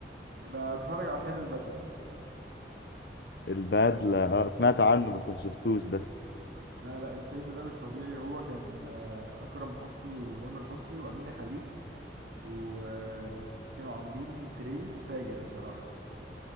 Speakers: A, on the right; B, on the left.
A: يبقى اتفرج على فيلم البدلة
B: البدله اه سمعت عنه بس ما شفتوش ده
A: لا لا الفيلم ده مش طبيعي هو كان آه، أكرم حسني وتامر حسني وأمينة خليل وكانوا عاملين تريو فاجر بصراحة